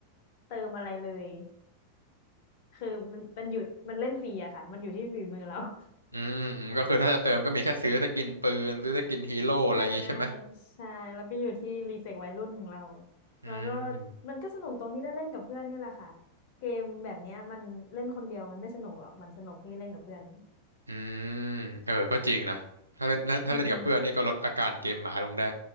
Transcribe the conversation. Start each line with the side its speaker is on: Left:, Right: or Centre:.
Left: เติมอะไรเลย คือมันมันอยู่มันเล่นฟรีอะค่ะมันอยู่ที่ฝีมือเรา <laughs>
Right: อืมอืมก็คือถ้าจะเติมก็มีแค่ซื้อสกินปืนซื้อสกินฮีโร่อะไรอย่างงี้ใช่ไหม
Left: ใช่ใช่แล้วก็อยู่ที่รีเฟกวัยรุ่นของเรา
Right: อืม
Left: แล้วก็มันก็สนุกตรงที่ได้เล่นกับเพื่อนนี่แหละค่ะเกมแบบเนี้ยมันเล่นคนเดียวมันไม่สนุกหรอกมันสนุกที่เล่นกับเพื่อน
Right: อืมเออก็จริงนะถ้าเล่นถ้าเล่นกับเพื่อนนี่ก็ลดอาการเกมหมาลงได้
Left: อืม